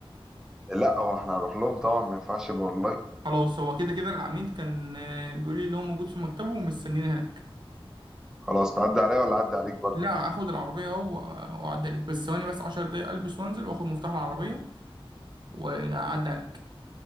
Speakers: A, in the centre; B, on the right (about 50°).
A: لا هو احنا هنروح لهم طبعا ما ينفعش يبقى اونلاين
B: خلاص هو كده كده العميد كان آه، بيقول لي اللي هو موجود في مكتبه ومستنيني هناك
A: خلاص تعدي عليا ولا أعدي عليك برضه
B: لا هاخد العربية أهو و- وأعدي عليك بس ثواني بس عشر دقايق ألبس وأنزل وآخد مفتاح العربية وأعدي عليك